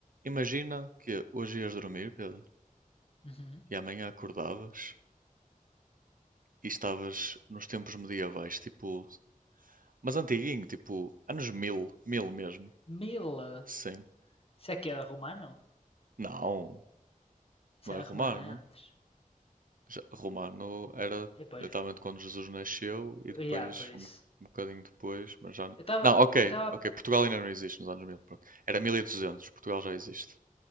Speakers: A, on the right; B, on the left.
A: Imagina que hoje ias dormir, Pedro,
B: Uhum.
A: e amanhã acordavas e estavas nos tempos medievais, tipo, mas antiguinho, tipo, anos mil, mil mesmo.
B: Mila.
A: Sim.
B: Isso aqui é romano?
A: Não,
B: Isso
A: não
B: é
A: é romano.
B: romano é antes.
A: Já- Romano era
B: E depois.
A: literalmente quando Jesus nasceu e depois,
B: Yeah, por isso.
A: um, um bocadinho depois, mas já não.
B: Eu estava.
A: Não, ok,
B: Eu estava.
A: ok, Portugal ainda não existe nos anos 1000, pronto. Era mil e duzentos Portugal já existe.